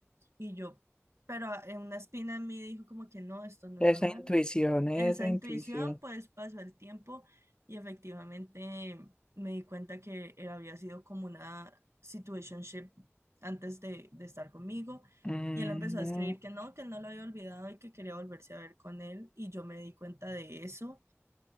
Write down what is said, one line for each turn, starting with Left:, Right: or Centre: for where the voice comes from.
Right: Y yo, pero a- en una espina en mí dijo como que no, esto no
Left: Esa
Right: es normal.
Left: intuición, esa
Right: Esa
Left: intuición.
Right: intuición, pues pasó el tiempo y efectivamente me di cuenta que él había sido como una situationship antes de, de estar conmigo.
Left: Mm,
Right: Y él empezó a escribir que no, que él no lo había olvidado y que quería volverse a ver con él. Y yo me di cuenta de eso.